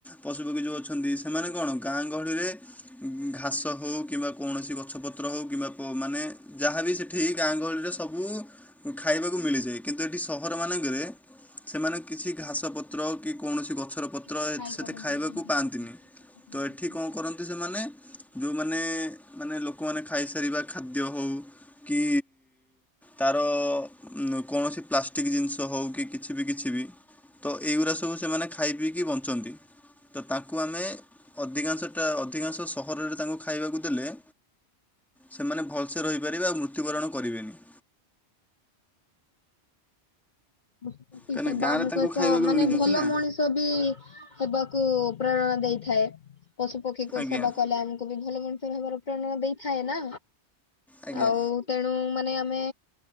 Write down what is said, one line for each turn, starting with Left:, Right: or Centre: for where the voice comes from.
Centre: ପଶୁପକ୍ଷୀ ଯଉ ଅଛନ୍ତି ସେମାନେ କଣ ଗାଁ ଗହଳିରେ ଘାସ ହଉ କିମ୍ବା କୌଣସି ଗଛ ପତ୍ର ହଉ କିମ୍ବା କୋ ମାନେ ଯାହାବି ସେଠି ଗାଁ ଗହଳିରେ ସବୁ ଖାଇବାକୁ ମିଳିଯାଏ। କିନ୍ତୁ ଏଠି ସହର ମାନେଙ୍କେରେ ସେମାନେ କିଛି ଘାସ ପତ୍ର କି କୌଣସି ଗଛ୍ ର ପତ୍ର
Left: କିଛି ଖାଇପାରନ୍ତିନି
Centre: ସେତେ ଖାଇବାକୁ
Left: ଆଜ୍ଞା
Centre: ପାଆନ୍ତିନି
Left: ଆଜ୍ଞା ଠିକ କଥା କହିଲେ।
Centre: ତ ଏଠି
Left: ଆପଣ।
Centre: କଂ କରନ୍ ନ୍ତି ସେମାନେ ଯୋଉମାନେ ମାନେ ଲୋକମାନେ ଖାଇସାରିବା ଖାଦ୍ୟ ହଉ କି ତାର କୌଣସି ପ୍ଲାଷ୍ଟିକ୍ ଜିନ୍ଷ ହଉ କି କିଛି ବି କିଛି ବି। ତ ଏଇଗୁରା ସବୁ ସେମାନେ ଖାଇ ପିଇକି ବଞ୍ଚନ୍ତି। ତ ତାଙ୍କୁ ଆମେ ଅଧିକାଂଶଟା ଅଧିକାଂଶ ସହରରେ ତାଙ୍କୁ ଖାଇବାକୁ ଦେଲେ। ସେମାନେ ଭଲ୍ସେ ରହିପାରିବେ ଆଉ ମୃତ୍ୟୁବରଣ କରିବେନି।
Left: ପଶପକ୍ଷୀ
Centre: କାହିଁକିନା
Left: ସେବା
Centre: ଗାଁରେ
Left: ଆମକୁ
Centre: ତାଙ୍କୁ
Left: ଏକ
Centre: ଖାଇବାକୁ
Left: ମାନେ
Centre: ମିଳିଯାଉଛି
Left: ଭଲ
Centre: ନା
Left: ମଣିଷ ବି ହେବାକୁ ପ୍ରେରଣା ଦେଇଥାଏ ପଶୁ ପକ୍ଷୀ କ
Centre: ଆଜ୍ଞା
Left: ସେବା କଲେ ଆମେ ବି ଭଲ ମଣିଷ ଭାବରେ ପ୍ରେରଣା ଦେଇଥାଏ ନା
Centre: ଆଜ୍ଞା
Left: ଆଉ ତେଣୁ ମାନେ ଆମେ